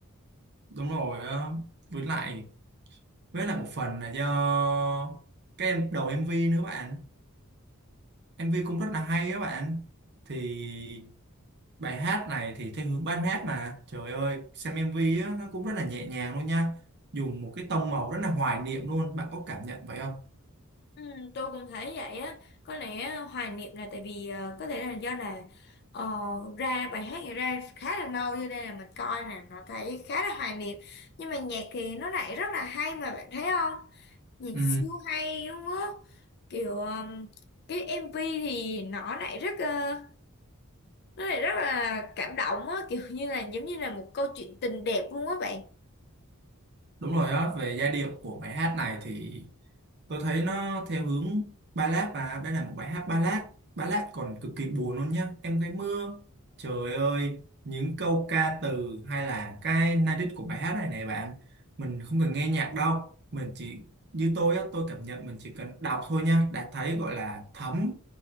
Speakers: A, on the right; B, on the left.
A: đúng rồi á. với lại với lại một phần là do cái em đầu MV nữa bạn MV cũng rất là hay á bạn thì bài hát này thì theo hướng ballad hát mà trời ơi xem MV á, nó cũng rất là nhẹ nhàng luôn nha dùng một cái tông màu rất là hoài niệm luôn bạn có cảm nhận vậy không
B: Ừ, tôi cũng thấy vậy á có lẽ hoài niệm là tại vì ờ, có thể là do là ờ, ra bài hát này ra khá là lâu cho nên là mình coi nè nó thấy khá là hoài niệm nhưng mà nhạc thì nó lại rất là hay mà bạn thấy không nhạc
A: ừ
B: siêu hay đúng không kiểu um, cái MV thì nó lại rất ờ, nó lại rất là cảm động á kiểu như là giống như là một câu chuyện tình đẹp luôn á bạn
A: đúng rồi á về giai điệu của bài hát này thì tôi thấy nó theo hướng ballad và đây là một bài hát ballad ballad còn cực kỳ buồn luôn nhá em gái mưa trời ơi những câu ca từ hay là cái lyric của bài hát này này bạn mình không cần nghe nhạc đâu mình chỉ như tôi á tôi cảm nhận mình chỉ cần đọc thôi nha đã thấy gọi là thấm